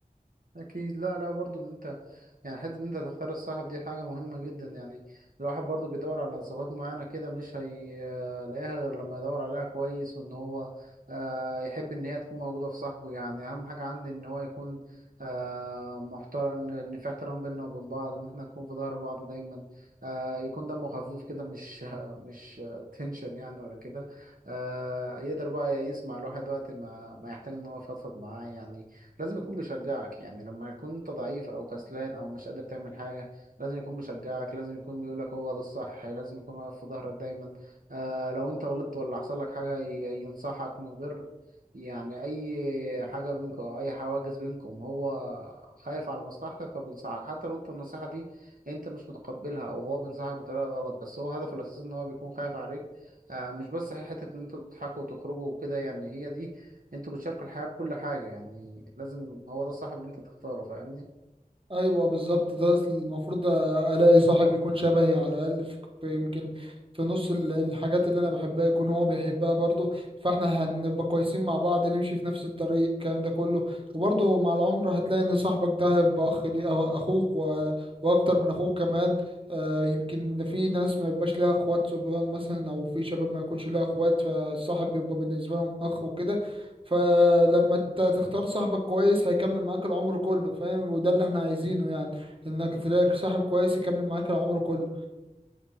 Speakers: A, on the right; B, on the right.
A: أكيد لا لا برضو إن أنت يعني حتة إن أنت تختار الصاحب دي حاجة مهمة جدا يعني الواحد برضو بيدور على صفات معينة كده مش هيلاقيها غير لما يدور عليها كويس وإن هو آه، يحب إن هي تكون موجودة في صاحبه يعني أهم حاجة عندي إن هو يكون آه، محترم إن إن في احترام بيننا وبين بعض إن إحنا نكون في ظهر بعض دايما آه، يكون دمه خفيف كده مش مش تنشن يعني ولا كده آه، يقدر بقى يسمع الواحد وقت ما ما يحتاج إن هو يفضفض معاه يعني لازم يكون بيشجعك يعني لما يكون انت ضعيف او كسلان او مش قادر تعمل حاجه لازم يكون بيشجعك لازم يكون بيقولك هو ده الصح لازم يكون واقف في ظهرك دايما آه لو انت غلطت ولا حصل لك حاجه ي- ينصحك من غير يعني اي حاجه بينكم او اي حواجز بينكم هو خايف على مصلحتك فبينصحك حتى لو انت النصيحه دي انت مش متقبلها او هو بينصحك بطريقه غلط بس هو هدفه الاساسي ان هو بيكون خايف عليك آه مش بس حته ان انتوا تضحكوا وتخرجوا وكده يعني هي دي انتوا بتشاركوا الحياة بكل حاجة يعني لازم هو ده الصاحب اللي انت تختاره فاهمني
B: ايوه بالظبط ده المفروض الاقي صاحب يكون شبهي على الاقل في في- يمكن في نص ال- الحاجات اللي انا بحبها يكون هو بيحبها برضه فاحنا هنبقى كويسين مع بعض نمشي في نفس الطريق الكلام ده كله وبرضه مع العمر هتلاقي ان صاحبك ده هيبقى اخ لي أه- اخوك و... واكتر من اخوك كمان آه يمكن في ناس ما يبقاش لها اخوات صبيان مثلا او في شباب ما يكونش لها اخوات فالصاحب بيبقى بالنسبه لهم اخ وكده فلما ت- تختار صاحبك كويس هيكمل معاك العمر كله فاهم وده اللي احنا عايزينه يعني انك تلاقي صاحب كويس يكمل معاك العمر كله